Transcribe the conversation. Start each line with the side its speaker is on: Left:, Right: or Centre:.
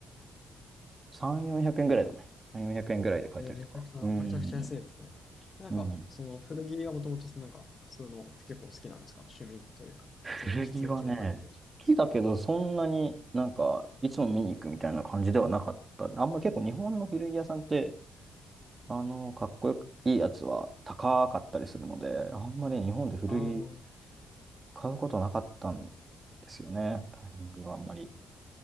Right: 3、400円ぐらいだね。3、400円ぐらいで買えたりとか。
Left: えーめちゃくちゃ、
Right: うん。
Left: めちゃくちゃ安いですね。えなんか、
Right: うん。
Left: その古着はもともと、そのなんか、そういうの結構好きなんですか趣味というか、普通に実益も兼ねて。
Right: 古着はね、好きだけど、そんなになんか、いつも見に行くみたいな感じではなかった。あんま結構日本の古着屋さんって、あの、かっこよくいいやつは高かったりするので、あんまり日本で古着
Left: ああ、
Right: 買うことなかったんですよね。タイミングがあんまり。